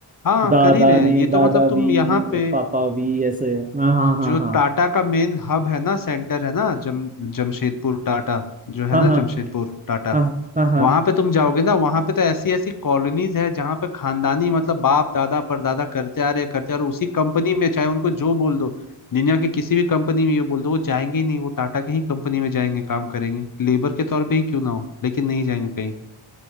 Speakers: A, on the left (about 40°); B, on the right (about 20°).
A: हाँ
B: दादा
A: कर ही रहे हैं
B: ने
A: ये
B: दादा
A: तो मतलब
B: भी
A: तुम यहाँ पे
B: पापा भी ऐसे हाँ हाँ हाँ
A: जो
B: हाँ
A: टाटा का मेन हब है ना सेंटर है ना जम जमशेदपुर टाटा जो है
B: हाँ
A: ना
B: हाँ
A: जमशेदपुर टाटा
B: हाँ हाँ हाँ
A: वहां पे तुम जाओगे ना वहां पे तो ऐसी ऐसी कॉलोनीज है जहां पे खानदानी मतलब बाप दादा परदादा करते आ रहे करते आ रहे उसी कंपनी में चाहे उनको जो बोल दो दुनिया के किसी भी कंपनी में ये बोल दो वो जाएंगे ही नहीं वो टाटा के ही कंपनी में जाएंगे काम करेंगे लेबर के तौर पे ही क्यों ना हो लेकिन नहीं जाएंगे कहीं